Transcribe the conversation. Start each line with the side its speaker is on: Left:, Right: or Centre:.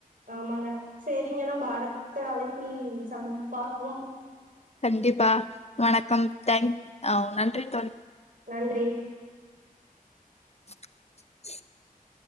Right: ஆமாங்க சரிங்க நாம அடத்த அழைப்பில் சந்த் பார்ப்போ
Left: கண்டிப்பா வணக்கம் தேங்க் ஒவ் நன்றி தோழி
Right: நன்றி
Left: <inaudible>